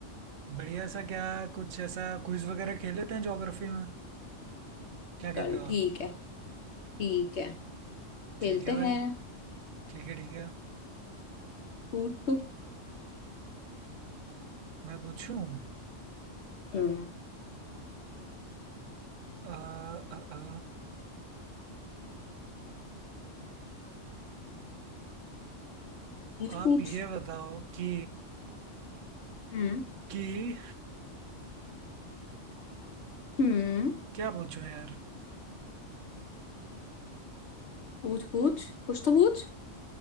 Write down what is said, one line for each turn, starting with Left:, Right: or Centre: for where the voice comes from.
Right: बढ़िया सा क्या कुछ ऐसा क्विज वगैरह खेल लेते हैं ज्योग्राफी में क्या कहते
Left: चल
Right: हो आप
Left: ठीक है ठीक है खेलते
Right: ठीक है भाई
Left: हैं
Right: ठीक है ठीक है
Left: पूछ तू
Right: मैं पूछूं
Left: हम्म
Right: आ, आ, आ,
Left: पूछ
Right: आप
Left: पूछ
Right: ये बताओ कि
Left: हम्म
Right: कि
Left: हम्म
Right: क्या पूछूं यार
Left: पूछ पूछ कुछ तो पूछ